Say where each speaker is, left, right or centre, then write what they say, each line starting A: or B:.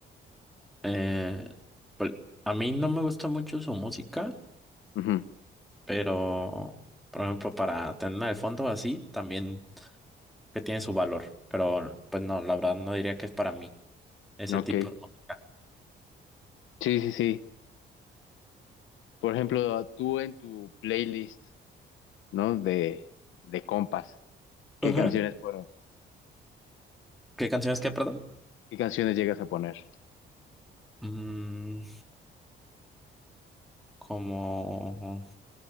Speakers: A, in the centre; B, on the left.
A: Eh, pues, a mí no me gusta mucho su música,
B: Ujú,
A: pero, por ejemplo, para tener de fondo así, también que tiene su valor. Pero, pues no, la verdad no diría que es para mí ese
B: Ok.
A: tipo de música.
B: Sí, sí, sí. Por ejemplo, tú en tu playlist, ¿no? De, de compas, ¿qué
A: Ajá.
B: canciones pones?
A: ¿Qué canciones que, perdón?
B: ¿Qué canciones llegas a poner?
A: Mm, como,